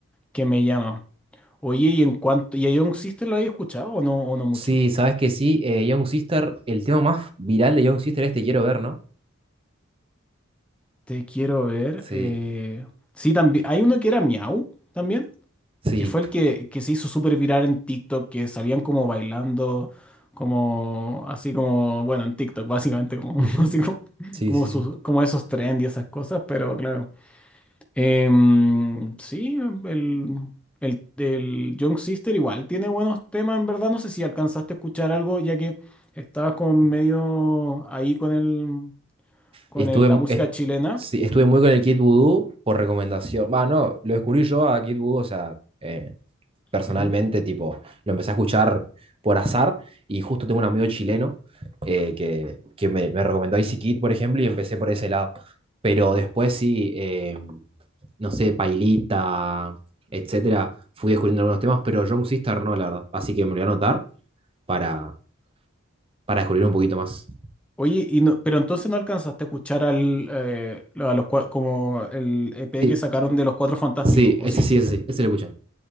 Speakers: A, in the centre; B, on the right (about 25°).
A: que me llama. Oye, y en cuanto. ¿Y a Young Sister lo habéis escuchado o no, o no mucho?
B: Sí, sabes que sí, eh, Young Sister, el tema más viral de Young Sister es Te quiero ver, ¿no?
A: Te quiero ver.
B: Sí,
A: eh, Sí, también. Hay uno que era Miau también,
B: sí.
A: que fue el que, que se hizo súper viral en TikTok, que salían como bailando, como así como, bueno, en TikTok, básicamente, como,
B: ujú,
A: <laughs> así como,
B: Sí,
A: como,
B: sí,
A: sus-
B: sí.
A: como esos trends y esas cosas, pero claro. Em, sí, el, el, el Young Sister igual tiene buenos temas, en verdad. No sé si alcanzaste a escuchar algo, ya que estabas con medio ahí con el, con
B: Estuve,
A: el- la
B: mu-
A: música
B: est-
A: chilena.
B: sí, estuve muy con el Kid Voodoo por recomendación. Va, no, lo descubrí yo a Kid Voodoo, o sea, eh, personalmente,
A: Ujú.
B: tipo, lo empecé a escuchar por azar y justo tengo un amigo chileno eh, que, que me, me recomendó Easy Kid, por ejemplo, y empecé por ese lado. Pero después sí, eh, no sé, Pailita, etcétera, fui descubriendo algunos temas, pero Young Sister no, la verdad. Así que me lo voy a anotar para, para descubrir un poquito más.
A: Oye, y no- pero entonces no alcanzaste a escuchar al, eh, a los, cua- como el EP
B: Sí,
A: que sacaron de Los Cuatro Fantásticos,
B: sí,
A: ¿o
B: ese
A: sí?
B: sí, ese sí, ese lo escuché.